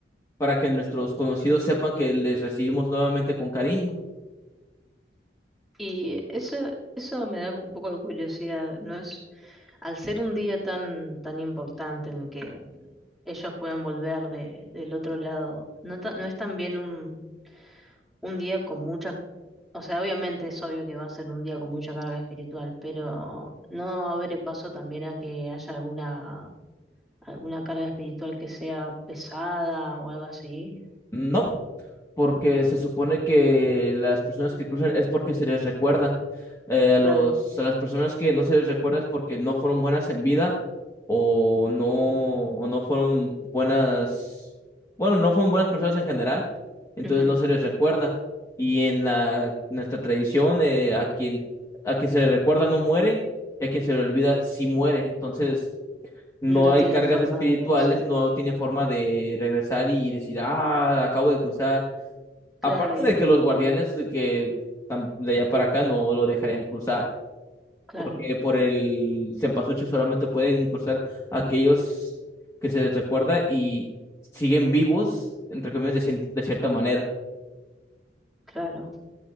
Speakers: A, on the left; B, in the centre.
A: para que nuestros conocidos sepan que les recibimos nuevamente con cariño.
B: Y eso, eso me da un poco de curiosidad, ¿no es? Al ser un día tan, tan importante en el que ellos pueden volver de, del otro lado. No, ta- no es también un, un día con mucha, o sea, obviamente es obvio que va a ser un día con mucha carga espiritual, pero no abre paso también a que haya alguna, alguna carga espiritual que sea pesada o algo así.
A: No, porque se supone que las personas que cruzan es porque se les recuerda. Eh, a
B: Claro,
A: los, a las personas que no se les recuerda es porque no fueron buenas en vida o no, o no fueron buenas, bueno, no fueron buenas personas en general, entonces
B: ujú,
A: no se les recuerda. Y en la, nuestra tradición, eh, a quien, a quien se le recuerda no muere y a quien se le olvida sí muere. Entonces... No
B: No
A: hay
B: tienen
A: cargas
B: forma
A: espirituales,
B: de regresar.
A: no tiene forma de regresar y decir, ah, acabo de cruzar.
B: Claro,
A: Aparte
B: y
A: de
B: de-
A: que los guardianes de que tan- de allá para acá no lo dejarían cruzar,
B: claro,
A: porque por el cempasúchil solamente pueden cruzar aquellos que se les recuerda y siguen vivos, entre comillas, de, cien- de cierta manera.
B: claro.